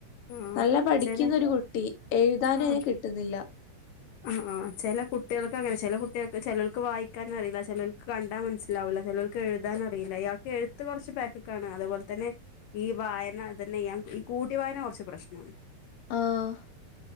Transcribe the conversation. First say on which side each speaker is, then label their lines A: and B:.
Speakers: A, on the left; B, on the left.
A: ആഹ്
B: നല്ല പഠിക്കുന്ന
A: ചെല
B: ഒരു കുട്ടി. എഴുതാനയിന്
A: ആ
B: കിട്ടുന്നില്ല.
A: ആ ആ ചെല കുട്ടികൾക്ക്ക്കങ്ങനെ ചെല കുട്ടികൾക്ക് ചിലവർക്ക് വായിക്കാൻ അറിയില്ല ചിലവർക്ക് കണ്ടാൽ മനസ്സിലാവൂല്ല ചെലർക്ക് ക്ക് എഴുതാൻ അറിയില്ല ഇയാൾക്ക് എഴുത്ത് കുറച്ച് പാക്ക് കാണ് അതുപോലെ തന്നെ ഈ വായനതന്നെ ഞാൻ ഈ കൂട്ടി വായന കുറച്ച് പ്രശ്നാണ്
B: ആഹ്